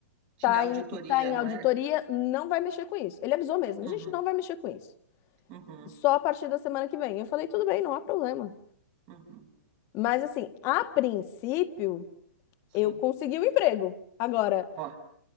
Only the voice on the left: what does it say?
tá
em, tá em
auditoria,
não vai mexer com isso. Ele avisou mesmo,
a gente não vai mexer com isso.
só a partir da semana que vem. Eu falei, tudo bem, não há problema.
Mas assim, a princípio,
eu consegui o emprego. Agora,